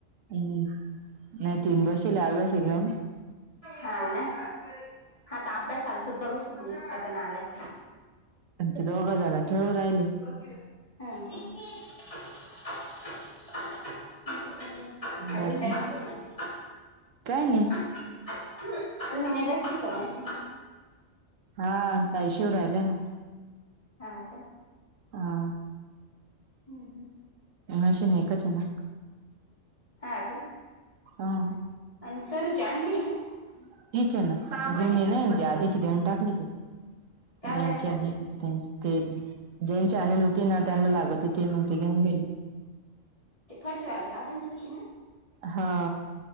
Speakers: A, on the right (about 80°); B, on the left (about 25°).
A: हम्म नाही तीन बसल्या आवेशी घेऊन
B: हा ना हा तर अभ्यासाला सुद्धा बसत नाही आता नालाय
A: पण ते दोघा जण खेळू राहिले.
B: हम्म हम्म अजून काय म्हणते
A: बाकी काय नाही
B: तुम्ही नाही बसती का मशीन.
A: हा ताई शिवू राहिलंय ना
B: हा का?
A: हा
B: हम्म हम्म.
A: मशीन एकच आहे ना
B: हा का?
A: आ हं
B: आणि सरूची आणली ना
A: <inaudible> तीच आहे ना जुनी नाही ते आधीची देऊन टाकली त
B: का
A: ज्यांची
B: बरं
A: आणि त्यांची दोन ते दोन चॅनल होते ना त्यांन लागत होते म्हणून ते घेऊन गेले.
B: ते फरशीवालेला बाबाचीे हितून ना
A: हा...